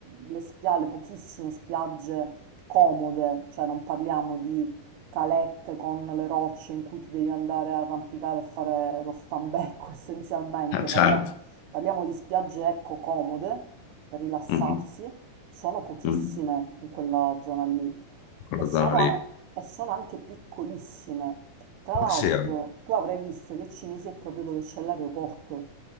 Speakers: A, on the right (about 85°); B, on the left (about 75°).
A: le spia- le pochissime spiagge comode, cioè non parliamo di calette con le rocce in cui ti devi andare a arrampicare e fare lo stambecco <laughs> essenzialmente,
B: Ah, certo.
A: parliamo parliamo di spiagge ecco comode rilassarsi,
B: Mhm.
A: sono pochissime
B: Mm.
A: in quella zona lì
B: Quella
A: e sono,
B: zona lì.
A: a- e sono anche piccolissime. Tra l'altro,
B: Ah, sì, eh.
A: tu avrai visto che Cinisi è proprio dove c'è l'aeroporto